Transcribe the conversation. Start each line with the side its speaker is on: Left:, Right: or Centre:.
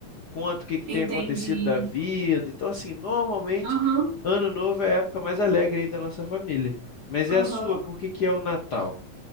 Left: conta o que que
Right: Entendi.
Left: tem acontecido da vida. Então assim, normalmente
Right: Aham.
Left: Ano Novo é a época mais alegre aí da nossa família. Mas
Right: Aham.
Left: é a sua, por que que é o Natal?